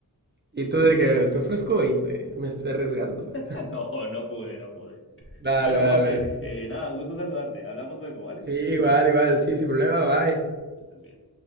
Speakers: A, on the right; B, on the left.
A: Y tú de que te ofrezco 20 me estoy arriesgando.
B: <laughs> No, no pude, no pude.
A: Dale,
B: Bueno,
A: dale.
B: Jorge, eh, nada, un gusto saludarte. Hablamos luego, ¿vale?
A: Sí, igual, igual. Sí, sin problema, bye.
B: Que estés bien.